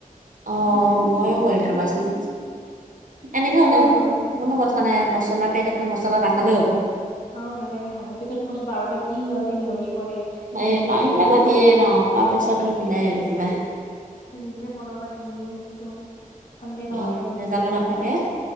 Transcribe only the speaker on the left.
সেনেকুৱা
কৰিবা
কৰিবা
অ নালাগে খাব, পেকেট মছলা আৰু বা কি সিহঁতে মিহলি কৰে এতিয়া
নিজে
তুমি
বনাবা।
নিজে বনাবা তুমি এইটো সন্দেহ নহয়
আৰু
নিজে
বনালে,